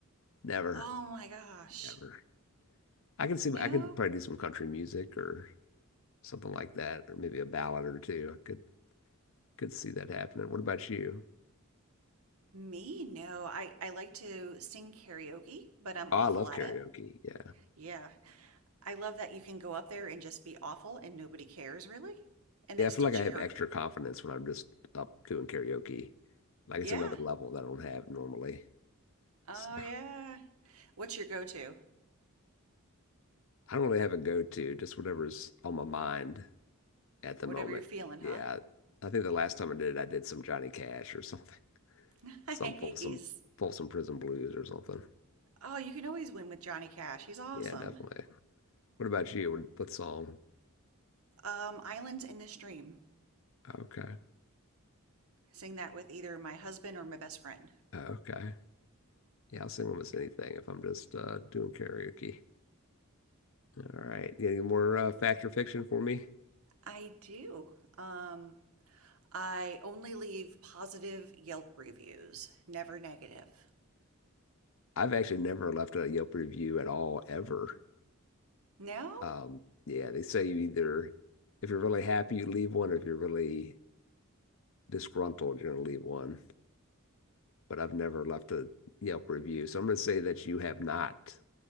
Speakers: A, on the left (about 65°); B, on the right (about 80°).
A: Never,
B: Oh my gosh.
A: never. I could see
B: No,
A: I could probably do some country music or something like that, or maybe a ballad or two. I could could see that happening. What about you?
B: Me? No. I I like to sing karaoke, but I'm
A: Oh,
B: awful
A: I love
B: at
A: karaoke.
B: it.
A: Yeah.
B: Yeah. I love that you can go up there and just be awful and nobody cares really, and
A: Yeah,
B: they
A: I
B: still
A: feel like
B: cheer.
A: I have extra confidence when I'm just up doing karaoke. Like
B: Yeah.
A: it's another level that I don't have normally.
B: Oh
A: So
B: yeah. What's your go-to?
A: I don't really have a go-to, just whatever's on my mind at the
B: Whatever
A: moment.
B: you're feeling,
A: Yeah.
B: huh? <laughs>
A: I think the last time I did it, I did some Johnny Cash or something.
B: Nice.
A: some Folsom Folsom Prison Blues or something.
B: Oh, you can always win with Johnny Cash. He's awesome.
A: Yeah, definitely. What about you? What, what song?
B: Um, Islands in the Stream.
A: Okay.
B: Sing that with either my husband or my best friend.
A: Okay. Yeah, I'll sing almost anything if I'm just uh, doing karaoke. All right. You got Any more uh, fact or fiction for me?
B: I do. Um, I only leave positive Yelp reviews, never negative.
A: I've actually never left a Yelp review at all, ever.
B: No?
A: Um, yeah, they say you either, if you're really happy, you leave one, or if you're really disgruntled, you're going to leave one. But I've never left a Yelp review. So I'm going to say that you have not,